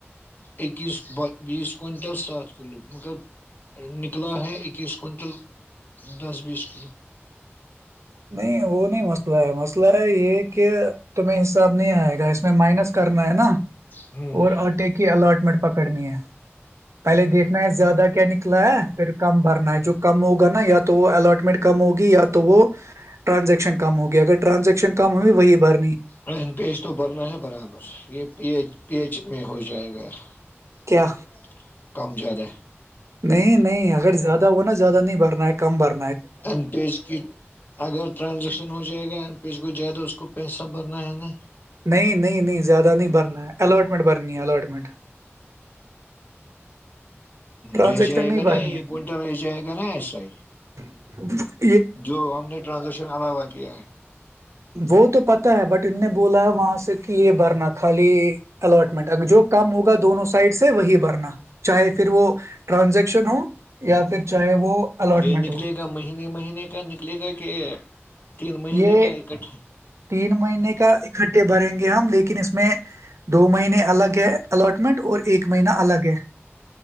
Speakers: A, on the left; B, on the right.
A: اکیس بیس کوئنٹل سات کلو مگر نکلا ہے اکیس کوئنٹل دس بیس کلو <unintelligible>
B: نہیں وہ نہیں مسئلہ ہے مسئلہ ہے یہ کہ تمہیں حساب نہیں آئے گا اس میں مائنس کرنا ہے نا <unintelligible>
A: ہوں
B: اور آٹے کی اللاٹمنٹ پکڑنی ہے پہلے دیکھنا ہے زیادہ <unintelligible> کیا نکلا ہے پھر کام برنا ہے جو <unintelligible> کم ہوگا نا یا تو وہ الاٹمنٹ کم ہوگی یا تو وہ <unintelligible> ٹانزیکشن کم ہوگیا اگر ٹرانزیکشن کم ہوئی وہی بار
A: ا پی ایچ تو بھرنا ہے برابر یہ پی پی ایچ میں ہو جائے گا <unintelligible>
B: کیا
A: کم زیاد ہے <unintelligible>
B: نہیں نہیں اگر زیادہ ہونا زیادہ نہیں بھرنا ہے کم برنا <unintelligible>
A: ا پیج کی اگر ٹرانزیکشن ہو جائے گا ا پیج کو جیادہ اس کو پیسہ بھرنا ہے نا
B: نہیں نہیں نہیں زیادہ نہیں بھرنا ہے اللاٹمنٹ برنی ہے اللاٹمنٹ ٹرانزیکشن
A: رچے ہے گ
B: بھرنی
A: نہیں
B: ہے
A: کنٹل وچے ہے کہ نہیں صی
B: ج <unintelligible>
A: جو ہم نے ٹرانزیکشن علاوہ کیا ہے
B: وہ تو پتا ہے بٹ ان نے بولا ہے وہاں سے کہ یہ بھرنا خالی اٹمنٹ اگر جو کم ہوگا دونوں سائڈ سے وہی بھرنا چاہے پھر وہ ٹرانزیکشن ہو یا پھر چاہے وہ الاٹمنٹ
A: یہ نکلے
B: ہو
A: گا مہین مہینے کا نکلے گا کہ تین مہینے
B: یہ
A: کا اکٹھ
B: تین مہینے کا اکٹھے بھریں گے ہم لیکن اس میں دو مہینے الگ ہے الٹمنٹ اور ایک مہینہ الگ ہے